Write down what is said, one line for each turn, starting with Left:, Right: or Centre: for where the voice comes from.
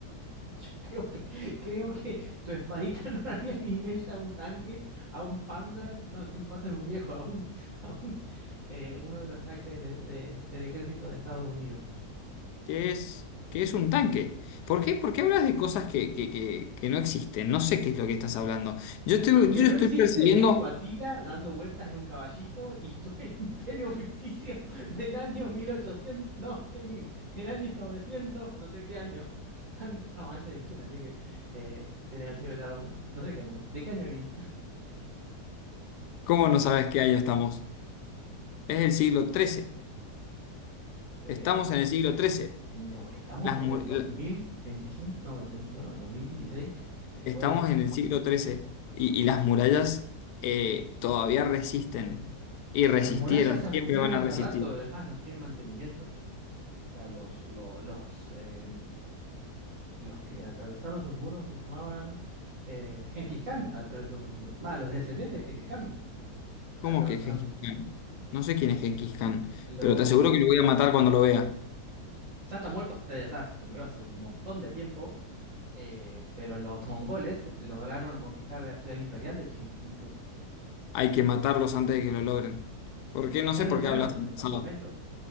Right: <laughs> Yo creo que, creo que tu espadita <laughs> no le haría ni mella a un tanque, a un Panzer, no, encima Panzer es un viejo, <laughs> a, un, a un, eh, uno de los tanques del, de- del ejército de Estados Unidos.
Left: ¿qué es, qué es un tanque? ¿Por qué, por
Right: Mm.
Left: qué hablas de cosas que, que- que- que no existen? No sé qué es lo que estás hablando. Yo estoy,
Right: Lo que
Left: yo
Right: no
Left: estoy
Right: existe
Left: persiguiendo.
Right: es tu Atila dando vueltas en un caballito y tu <laughs> imperio ficticio del año 1800, no, qué mil, del año 900, no sé qué año, antes, no, antes de China, así que eh, tiene que haber sido el lado, no sé qué año, ¿de qué año venís?
Left: ¿Cómo no sabes qué año estamos? Es el siglo XIII.
Right: <laughs>
Left: Estamos en el siglo XIII.
Right: No, estamos
Left: las
Right: en
Left: mu-
Right: el
Left: la-
Right: 2025, no, 2021, 2016, después
Left: estamos en el siglo XIII y, y las murallas eh, todavía resisten y
Right: las
Left: resistieron
Right: murallas se
Left: y siempre
Right: rompieron
Left: van
Right: hace
Left: a resistir.
Right: rato, es más, no tienen mantenimiento. O sea, los, lo- los, eh, los que atravesaron sus muros se llamaban eh, Gengis Khan atravesó sus muros. Va, los descendientes de Gengis Khan
Left: ¿Cómo
Right: atravesaron
Left: que Gengis Khan? No sé quién es Gengis Khan,
Right: los...
Left: pero te aseguro que lo voy a matar cuando lo vea.
Right: Ya está muerto, o sea, ya está, se murió hace un montón de tiempo, eh, pero los mongoles lograron conquistar la ciudad imperial de China, incluso.
Left: Hay que matarlos antes de que lo logren. ¿Por qué?
Right: Es que
Left: No
Right: ya
Left: sé
Right: lo
Left: por
Right: lograron
Left: qué hablas en
Right: en
Left: pasado.
Right: su momento.